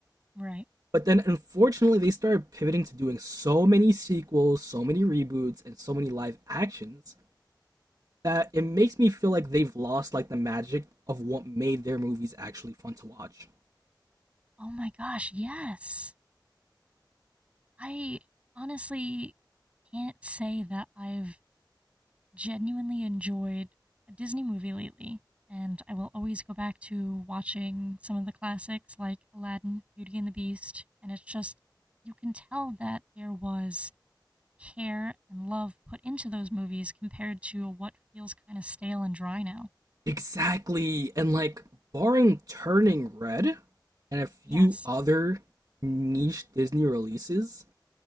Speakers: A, on the right; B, on the right.
A: Right.
B: But then unfortunately, they started pivoting to doing so many sequels, so many reboots, and so many live actions that it makes me feel like they've lost like the magic of what made their movies actually fun to watch.
A: Oh my gosh, yes. I honestly can't say that I've genuinely enjoyed a Disney movie lately. And I will always go back to watching some of the classics like Aladdin, Beauty and the Beast. And it's just, you can tell that there was care and love put into those movies compared to what feels kind of stale and dry now.
B: Exactly. And like barring Turning Red and a few
A: Yes.
B: other niche Disney releases,